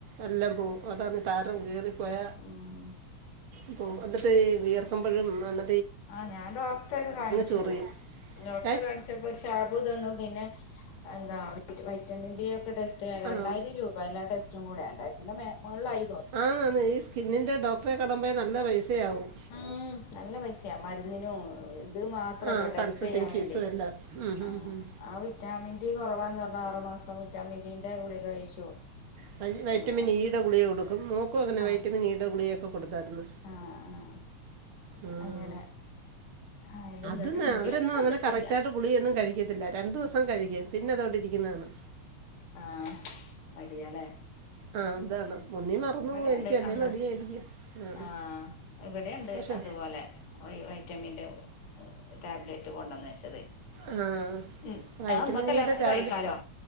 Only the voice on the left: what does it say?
ഉം
ആഹ് ഞാൻ ഡോക്ടറെ ഒക്കെ കാണിച്ചു
ഡോക്ടറെ
കാണിച്ചപ്പോ ടാബ് തന്നു പിന്നെ എന്താ വൈറ്റമിൻ ഡി ഒക്കെ ടെസ്റ്റ് ചെയ്യാൻ രണ്ടായിരം
രൂപ എല്ല ടെസ്റ്റും കൂടെ രണ്ടായിരത്തിന്റെ മേളിലായി
ഉം നല്ല പൈസയാ മരുന്നിന്നും ഇത് മാത്രട്ടോ
ടെസ്റ്റ്
ചെയ്യാൻ
വേണ്ടി
ആഹ്
ആ വിറ്റാമിൻ ഡി കുറവാന്ന് പറഞ്ഞു ആറുമാസം വിറ്റാമിൻ ഡിന്റെ ഗുളിക കഴിച്ചു
പിന്നെ
ആഹ്
ആഹ് ആഹ്
അങ്ങനെ അയില്
അന്നിട്ട് മുടിയൊന്നും
വന്നിട്ടില്ല.
ആഹ് മടിയാല്ലേ
ഉം
ഇവിടെയിണ്ട്
അന്ന്
ആഹ് ഇവിടേണ്ട്
അതുപോലെ വൈ വൈറ്റമിന്റെ ടാബ്‌ലറ്റ് കൊണ്ടന്ന് വെച്ചത്
ഉം
അത് നമ്മക്ക് എല്ലാർക്കും
കഴിക്കാലോ